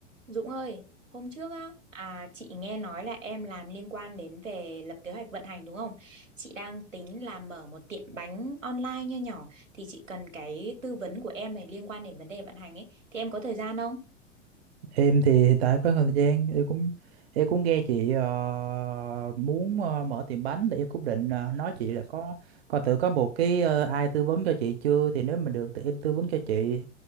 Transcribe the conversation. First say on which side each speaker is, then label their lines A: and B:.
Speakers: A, on the right (about 80°); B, on the right (about 55°).
A: Dũng ơi, hôm trước á, à, chị nghe nói là em làm liên quan đến về lập kế hoạch vận hành đúng không? Chị đang tính là mở một tiệm bánh online nho nhỏ thì chị cần cái tư vấn của em về liên quan đến vấn đề vận hành ấy. Thì em có thời gian không?
B: Em thì hiện tại có thời gian em cũng em cũng nghe chị ờ, muốn ờ, mở tiệm bánh thì em cũng định ờ, nói chị là có coi thử có một cái ờ, ai tư vấn cho chị chưa thì nếu mà được thì em tư vấn cho chị